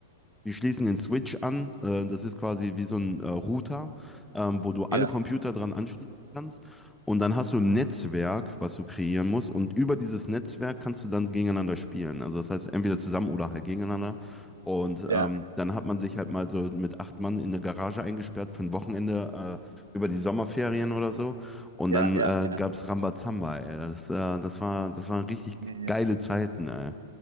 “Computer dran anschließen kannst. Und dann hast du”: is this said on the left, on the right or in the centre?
Centre